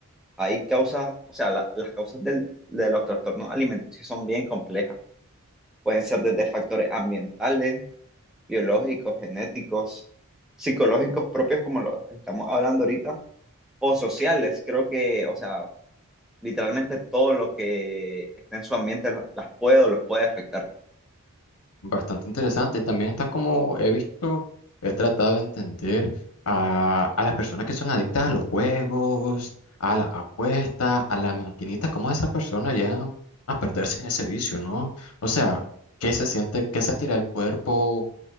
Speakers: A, in the centre; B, on the left (about 80°).
A: hay causas, o sea, la- las causas del- de los trastornos alimenticios son bien complejas. Pueden ser desde factores ambientales, biológicos, genéticos, psicológicos propios como los que estamos hablando ahorita o sociales, creo que, o sea, literalmente todo lo que está en su ambiente lo- las puede o los puede afectar.
B: Bastante interesante. También está como he visto, he tratado de entender a, a las personas que son adictas a los juegos, a la apuesta, a la maquinita, cómo esas personas llegan a perderse en ese vicio, ¿no? O sea, ¿qué se siente, qué sentirá el cuerpo